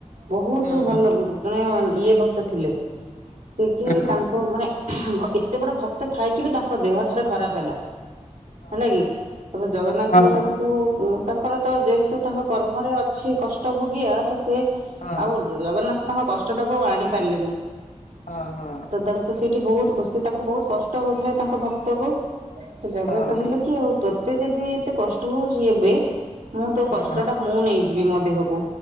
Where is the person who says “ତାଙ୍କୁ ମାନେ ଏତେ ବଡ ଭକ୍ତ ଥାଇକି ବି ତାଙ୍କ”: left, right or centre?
Right